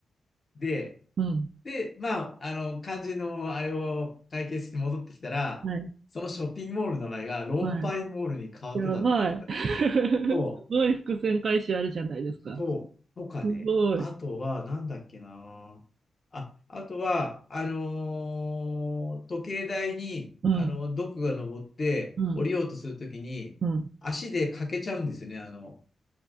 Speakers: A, on the left (about 45°); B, on the right (about 65°).
A: で、
B: うん。
A: で、まあ、あの、肝心のあれを解決して戻ってきたら、
B: はい。
A: そのショッピングモールの名前がローンパインモールに変わってたとかね。
B: はい。やばい。<laughs>
A: そう、
B: すごい伏線回収あるじゃないですか。
A: そう、とかね。
B: すごい。
A: あとは、なんだっけな。あ、あとは、あのー時計台に、
B: うん。
A: あの、毒が登って降りようとするときに、
B: うん。うん。
A: 足でかけちゃうんですよね。あの、